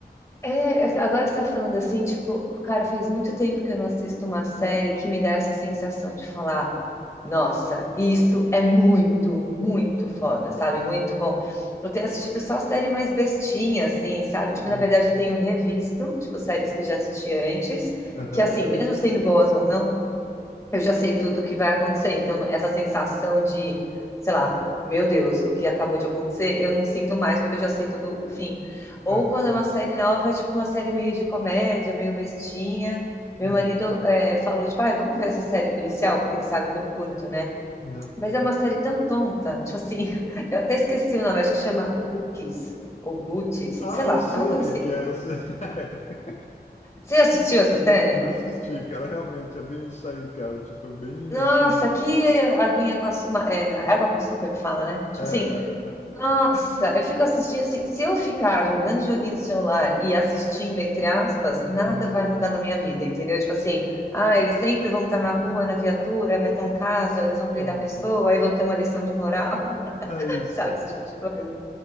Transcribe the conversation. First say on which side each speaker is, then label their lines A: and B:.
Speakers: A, on the left; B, on the left.
A: É, agora você tá falando assim, tipo, cara, faz muito tempo que eu não assisto uma série que me dá essa sensação de falar, nossa, isso é muito, muito foda, sabe? Muito bom. Eu tenho assistido só série mais bestinha, assim, sabe? Tipo,
B: Sim.
A: na verdade, eu tenho revisto, tipo, séries que eu já assisti antes,
B: Aham,
A: que assim, mesmo sendo boas ou não, eu já sei tudo o que vai acontecer. Então, essa sensação de, sei lá, meu Deus, o que acabou de acontecer, eu não sinto mais porque eu já sei todo o fim. Ou
B: aham,
A: quando é uma série nova, é tipo uma série meio de comédia, meio bestinha. Meu
B: uhum,
A: marido é, falou, tipo, ai, vamos ver essa série policial, porque ele sabe que eu curto, né?
B: uhum.
A: Mas é uma série tão tonta, tipo assim, <laughs> eu até esqueci o nome, acho que chama Rookies ou Boots,
B: Ah,
A: sei lá,
B: eu sei
A: é uma coisa
B: o que
A: assim.
B: que é. Eu sei. <laughs>
A: Você já assistiu essa série?
B: Assisti, cara. Realmente, é bem isso aí, cara. Tipo, é bem
A: Nossa,
B: assim.
A: que aguinha com açúcar, água com açúcar que fala, né? Tipo
B: É, é,
A: assim,
B: é.
A: Nossa, eu fico assistindo. Se, se eu ficar jogando joguinho no celular e assistindo, entre aspas,
B: Mesma
A: nada vai
B: coisa.
A: mudar na minha vida, entendeu? Tipo assim, ah, eles sempre vão estar na rua, na viatura, vai ter um caso, aí eles vão prender
B: Tá,
A: a pessoa,
B: sim.
A: aí vão ter uma lição de moral, <laughs>
B: É isso,
A: sabe?
B: cara.
A: Esse tipo de coisa.